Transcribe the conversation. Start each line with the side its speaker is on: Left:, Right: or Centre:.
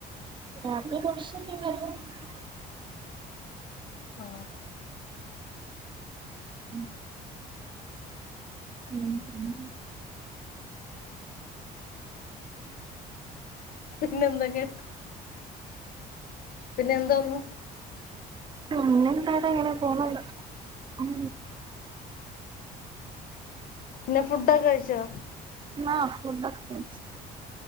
Right: രാത്രി <unintelligible> ഷും <unintelligible>
Left: ആഹ്
Right: ഉം ഉം ഉം
Left: പിന്നെ എന്തൊക്കെ പിന്നെ എന്തോന്ന്
Right: പിന്നെന്താടാ ഇങ്ങനെ പോണ് ഉം
Left: പിന്നെ ഫുഡ്ഢൊക്ക കഴ്ച്ചൊ
Right: ന്നാ ഫുഡ്ഡൊക കഴ്ച്